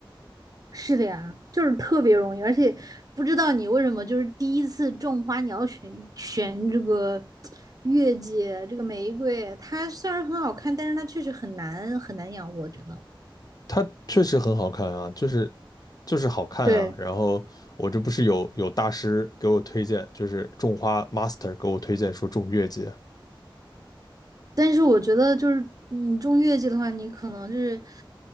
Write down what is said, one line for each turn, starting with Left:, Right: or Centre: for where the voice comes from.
Right: 是的呀，就是特别容易，而且不知道你为什么就是第一次种花，你要选选这个月季，这个玫瑰，它虽然很好看，但是它确实很难很难养，我觉得。
Left: 它确实很好看啊，就是就是好看啊。
Right: 对
Left: 然后我这不是有有大师给我推荐，就是种花 master 给我推荐说种月季啊
Right: 但是我觉得就是你种月季的话，你可能就是